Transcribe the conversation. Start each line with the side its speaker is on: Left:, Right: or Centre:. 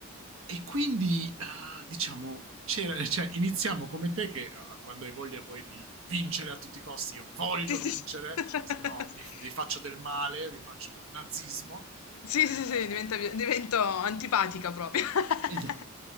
Right: E quindi, eh, diciamo, c'era- <laughs> cioè, iniziamo come te che eh, quando hai voglia poi di vincere a tutti i costi, io voglio
Left: <laughs> Sì, sì.
Right: vincere,
Left: sì. <laughs>
Right: se no vi, vi faccio del male, vi faccio nazismo.
Left: Sì,
Right: Eh,
Left: sì, sì, diventa vie divento antipatica proprio. <laughs>
Right: Esatto.